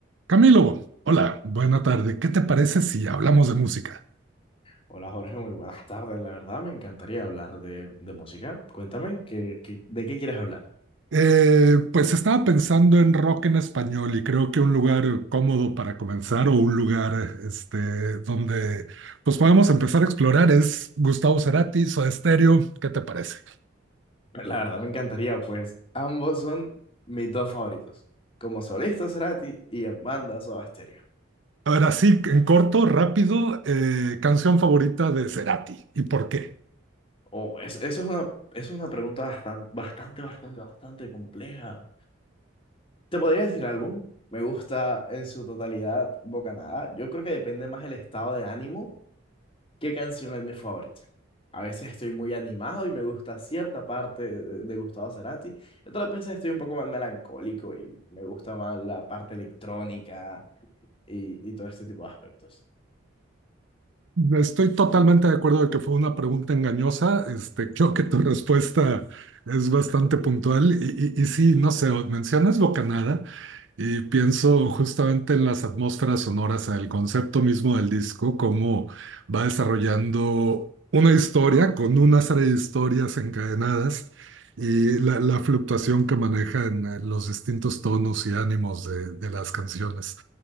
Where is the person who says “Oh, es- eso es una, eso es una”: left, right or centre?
Left